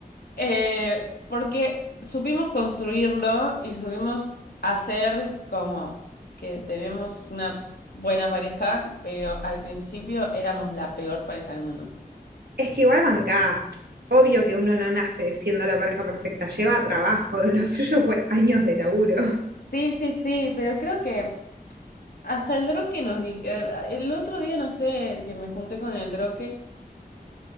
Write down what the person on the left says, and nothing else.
Eh, porque supimos construirlo y supimos hacer como que tenemos una buena pareja, pero al principio éramos la peor pareja del mundo.
Sí, sí, sí, pero creo que hasta el droque nos dijo, Eh, el otro día no sé, que me junté con el droque